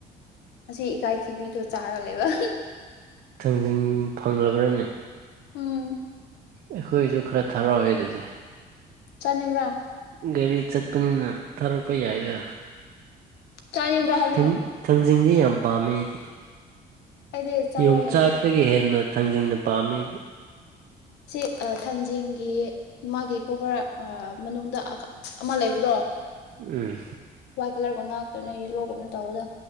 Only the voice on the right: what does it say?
ꯊꯥꯡꯖꯤꯡ ꯐꯪꯂꯕ꯭ꯔꯥꯅꯦ
ꯑꯩꯈꯣꯏꯁꯨ ꯈꯔ ꯊꯔꯛꯑꯣꯍꯦ ꯑꯗꯨꯗꯤ
ꯒꯥꯔꯤ ꯆꯠꯄꯅꯤꯅ ꯊꯥꯔꯛꯄ ꯌꯥꯏꯗ
ꯊꯥꯡ ꯊꯥꯡꯖꯤꯡꯗꯤ ꯌꯥꯝ ꯄꯥꯝꯃꯦ ꯑꯩꯗꯤ
ꯌꯣꯡꯆꯥꯛꯇꯒꯤ
ꯍꯦꯟꯅ ꯊꯥꯡꯖꯤꯡꯅ ꯄꯥꯝꯃꯤ
ꯎꯝ